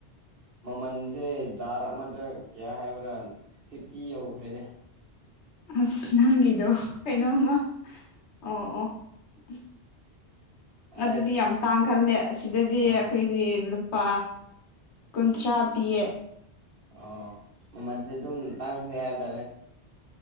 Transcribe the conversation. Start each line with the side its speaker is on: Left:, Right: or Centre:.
Right: ꯃꯃꯟꯁꯦ ꯖꯥꯔ ꯑꯃꯗ ꯀꯌꯥ ꯍꯥꯏꯕ꯭ꯔꯥ ꯐꯤꯐꯇꯤ ꯌꯧꯈ꯭ꯔꯦꯅꯦ
Left: ꯑꯁ ꯅꯪꯒꯤꯗꯣ ꯀꯩꯅꯣꯃ ꯑꯣ ꯑꯣ <unintelligible> ꯑꯗꯨꯗꯤ
Right: ꯑꯁ
Left: ꯌꯥꯝ ꯇꯥꯡ ꯈꯠꯂꯦ ꯑꯁꯤꯗꯗꯤ
Right: ꯑꯥ
Left: ꯑꯩꯈꯣꯏꯗꯤ ꯂꯨꯄꯥ ꯀꯨꯟꯊ꯭ꯔꯥ ꯄꯤꯌꯦ
Right: ꯑꯣ ꯃꯃꯜꯁꯦ ꯑꯗꯨꯝ ꯇꯥꯡꯈ꯭ꯔꯦ ꯍꯥꯏꯕ ꯇꯥꯔꯦ